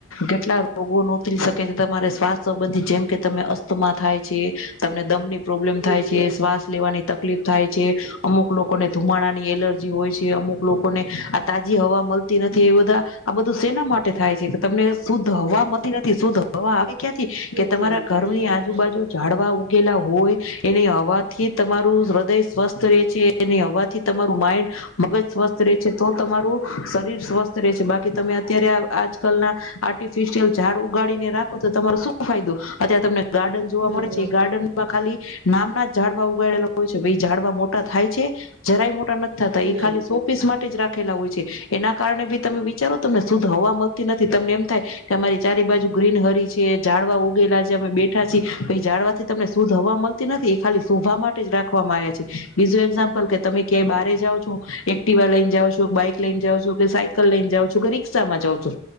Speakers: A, on the left; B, on the right.
A: કેટલા રોગો નોતરી શકે છે તમારે સ્વસ્થ સંબંધી જેમ કે તમે અસ્તથમાં થાય છે તમને દમની. પ્રોબ્લેમ
B: હમ
A: થાય છે, શ્વાસ લેવાની તકલીફ થાય
B: હમ
A: છે અમુક લોકોને ધુમાડા ની એલર્જી હોય છે અમુક લોકોને આ તાજી હવા મલતી નથી એ બધા આ બધું સેના માટે થાય છે કે તમને શુદ્ધ હવા મતી નથી શુદ્ધ હવા આવી ક્યાંથી કે
B: નથી
A: તમારા ઘરની
B: હમ
A: આજુબાજુ
B: હમ
A: જાડવા ઉ ગેલા હોય એની હવાથી તમારું હૃદય સ્વસ્થ રે છે એને હવાથી તમારું માઈન્ડ મગજ સ્વસ્થ રે છે તો તમારું શરીર સ્વસ્થ રે છે બાકી તમે અત્યારે આ આજકલના આર્ટિફિશિયલ ઝાડ ઉગાડીને રાખો તો તમારો શું ફાયદો, અત્યારે તમને ગાર્ડન જોવા
B: ના
A: મળે
B: હા
A: છે એ ગાર્ડનમાં ખાલી નામના જ ઝાડવા ઉગાડેલા હોય છે ભાઈ ઝાડવા મોટા થાય છે, જરાય મો ટા નથ થાતા, એ
B: નહી
A: ખાલી સો પીસ મા તેજ રાખેલા હોય છે, એના કારણે જો તમે વિચારો તમને શુદ્ધ હવા મળતી નથી તમને એમ થાય કે અમારી ચારે બાજુ ગ્રીનહરી છે જાડવા ઉગેલા છે અમે બેઠા છીએ જાડવાથી તમને શુદ્ધ હવા મલતી નથી એ ખાલી શોભા માટે જ રાખવામાં આયા છે, બીજું એક્ઝામ્પલ કે તમે ક્યાંય બારે જાઓ છો એક્ટિવા લઇન જાઓ છો, ક બાઈક લઈન જાાવો છો, ક સાઇકલ લઈને જાાવો છો, કે રિક્ષામાં જાાવ છો